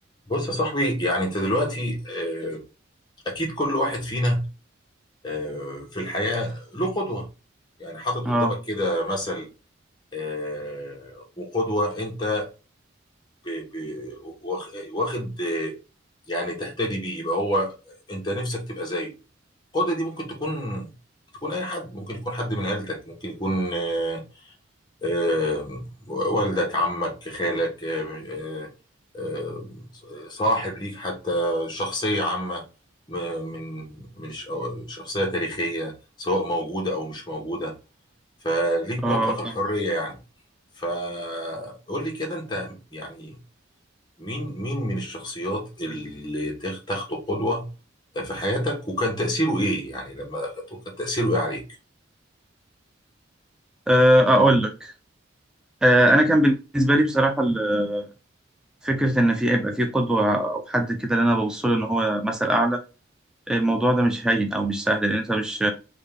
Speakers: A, on the left; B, in the centre.
A: بص يا صاحبي يعني انت دلوقتي آه، اكيد كل واحد فينا آه، في الحياة له قدوة يعني حاطط
B: اه
A: قدامك كده مثل آه، وقدوة انت ب- ب- واخ- واخد آه، يعني تهتدي بيه يبقى هو انت نفسك تبقى زيه القدوة دي ممكن تكون تكون اي حد ممكن يكون حد من عيلتك ممكن يكون آه، آه، والدك عمك خالك آه، آه، آه، صاحب ليك حتى شخصية عامة م- من من ش- أو شخصية تاريخية سواء موجودة أو مش موجودة فليك
B: اه
A: مطلق
B: فاهم
A: الحرية يعني فقول لي كده أنت يعني مين مين من الشخصيات اللي تاخ- تاخده قدوة في حياتك وكان تأثيره إيه يعني لما أخدته كان تأثيره إيه عليك؟
B: آه، اقول لك آه، انا كان بالنسبه لي بصراحه ال- فكره ان في يبقى في قدوه او حد كده اللي انا ببص له ان هو مثل اعلى الموضوع ده مش هين او مش سهل لان انت مش